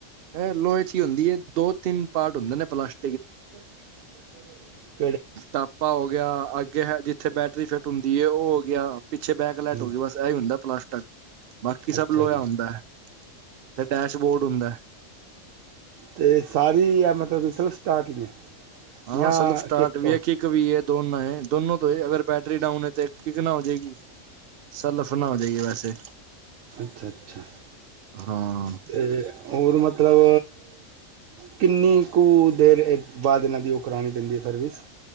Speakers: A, on the right; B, on the right.
A: ਇਹ ਲੋਹੇ ਚ ਈ ਹੁੰਦੀ ਏ, ਦੋ ਤਿੰਨ ਪਾਰਟ ਹੁੰਦੇ ਨੇ ਪਲਾਸ
B: <inaudible>
A: ਟਾਪਾ ਹੋ ਗਿਆ, ਅੱਗੇ ਹੈ ਜਿੱਥੇ ਬੈਟਰੀ ਫਿੱਟ ਹੁੰਦੀ ਏ, ਉਹ ਹੋ ਗਿਆ। ਪਿੱਛੇ ਬੈਕ ਲੈਟ
B: ਹੂੰ
A: ਹੋ ਗਈ, ਬਸ ਏਹੀ ਹੁੰਦਾ ਪਲਾਸਟਕ। ਬਾਕੀ ਸਭ
B: ਅੱਛਾ
A: ਲੋਇਆ
B: ਜੀ
A: ਹੁੰਦਾ ਹੈ। ਤੇ ਡੈਸ਼ਬੋਰਡ ਹੁੰਦਾ ਹੈ।
B: ਤੇ ਸਾਰੀ ਏ ਮਤਲਬ ਕਿ ਸੈਲਫ ਸਟਾਰਟ ਈ ਨੇ?
A: ਹਾਂ
B: ਜਾਂ
A: ਸੈਲਫ ਸਟਾਰਟ
B: ਕਿੱਕ ਤੋਂ
A: ਵੀ ਏ, ਕਿਕ ਵੀ ਏ, ਦੋਨ ਏ। ਦੋਨੋ ਤੋਂ ਹੀ, ਅਗਰ ਬੈਟਰੀ ਡਾਊਨ ਏ, ਤੇ ਕਿਕ ਨਾਲ ਹੋ ਜਾਏਗੀ, ਸਲਫ ਨਾ ਹੋ ਜਾਏਗੀ ਵੈਸੇ।
B: ਅੱਛਾ-ਅੱਛਾ,
A: ਹਾਂ
B: ਤੇ ਔਰ ਮਤਲਵ ਕਿੰਨੀ ਕੁ ਦੇਰ ਏ, ਬਾਦ ਇਹਨਾਂ ਦੀ ਉਹ ਕਰਾਣੀ ਪੈਂਦੀ ਏ ਸਰਵਿਸ?